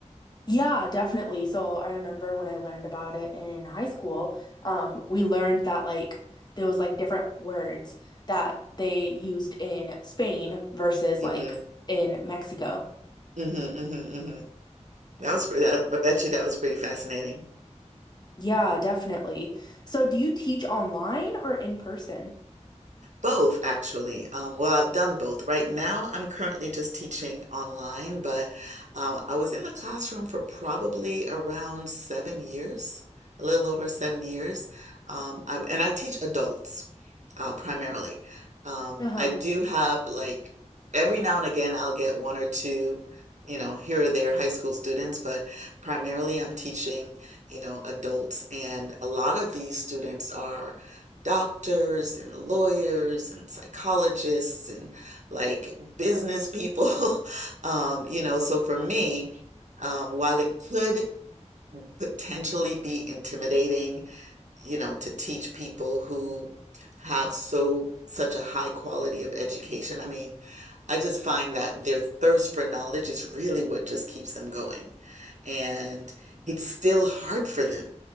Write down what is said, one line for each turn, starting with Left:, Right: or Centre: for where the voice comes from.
Left: Yeah, definitely. So I remember when I learned about it in high school, um, we learned that like there was like different words that they used in Spain versus
Right: Mm-hmm.
Left: like in Mexico.
Right: Mm-hmm. Mm-hmm. Mm-hmm. That was pretty, I I bet you that was pretty fascinating.
Left: Yeah, definitely. So do you teach online or in person?
Right: Both, actually. Um, well, I've done both. Right now, I'm currently just teaching online, but uh, I was in the classroom for probably around seven years, a little over seven years. Um, I, and I teach adults uh, primarily. Um,
Left: Uh-huh.
Right: I do have like every now and again I'll get one or two, you know, here or there high school students, but primarily I'm teaching, you know, adults, and a lot of these students are doctors and lawyers and psychologists and like business people. <laughs> Um, you know, so for me, um, while it could potentially be intimidating, you know, to teach people who have so such a high quality of education. I mean, I just find that their thirst for knowledge is really what just keeps them going. And it's still hard for them.